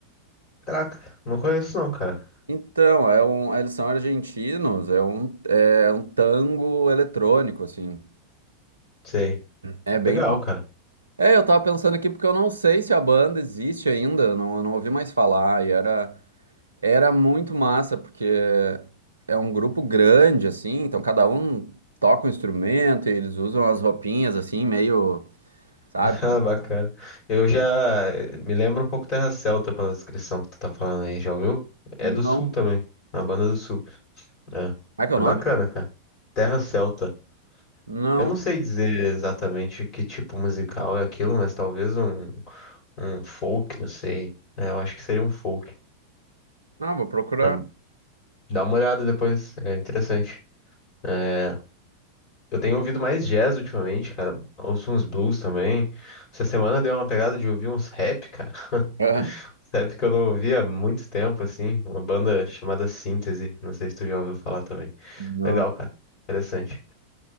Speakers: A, on the left; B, on the right.
A: Caraca, não conheço não, cara.
B: Então, é um, eles são argentinos, é um, é um tango eletrônico, assim.
A: Sei.
B: É bem.
A: Legal,
B: ma-
A: cara.
B: É, eu tava pensando aqui porque eu não sei se a banda existe ainda, eu não, eu não ouvi mais falar. E era, Era muito massa, porque é um grupo grande, assim, então cada um toca um instrumento e eles usam as roupinhas, assim, meio, sabe?
A: <laughs> Ah, Bacana. Eu já eh, me lembro um pouco Terra Celta pela descrição que tu tá falando aí, já ouviu? É
B: Não.
A: do Sul
B: Como
A: também, uma banda do Sul. É,
B: é que é
A: é
B: o nome?
A: bacana, cara. Terra Celta.
B: Não.
A: Eu não sei dizer exatamente que tipo musical é aquilo, mas talvez um, um folk, não sei. É, eu acho que seria um folk.
B: Não, vou procurar.
A: Ah, Dá uma olhada depois, é interessante. É, Eu tenho ouvido mais jazz ultimamente, cara. Ouço uns blues também. Essa semana deu uma pegada de ouvir uns rap, cara. <laughs>
B: Aham.
A: Rap que eu não ouvia há muito tempo, assim. Uma banda chamada Síntese. Não sei se tu já ouviu falar também.
B: Não.
A: Legal, cara. Interessante.